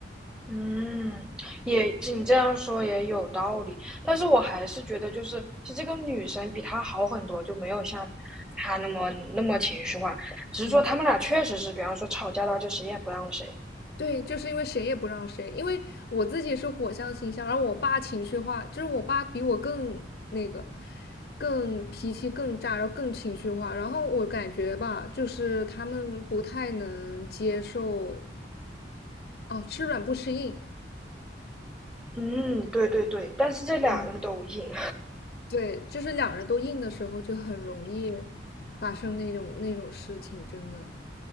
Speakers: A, in the centre; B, on the left.
A: 嗯，也你这样说也有道理，但是我还是觉得，就是其实这个女生比他好很多，就没有像他那么那么情绪化。只是说他们俩确实是，
B: 嗯，
A: 比方说吵架到就谁也不让谁。
B: 对，就是因为谁也不让谁，因为我自己是火象星象，然后我爸情绪化，就是我爸比我更那个，更脾气更炸，然后更情绪化，然后我感觉吧，就是他们不太能接受，哦，吃软不吃硬，
A: 嗯，对对对，但是这俩人都赢。
B: 嗯，对，就是两人都硬的时候就很容易发生那种那种事情，真的，